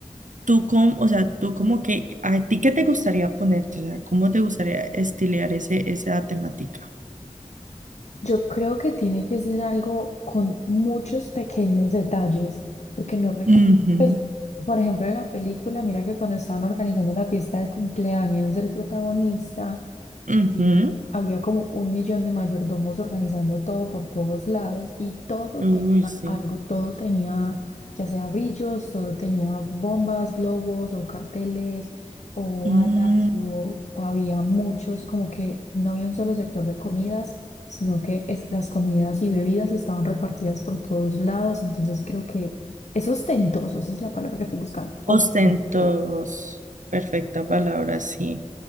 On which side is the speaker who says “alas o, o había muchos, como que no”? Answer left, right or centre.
Left